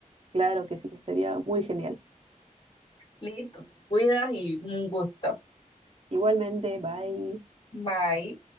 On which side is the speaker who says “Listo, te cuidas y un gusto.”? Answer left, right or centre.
Left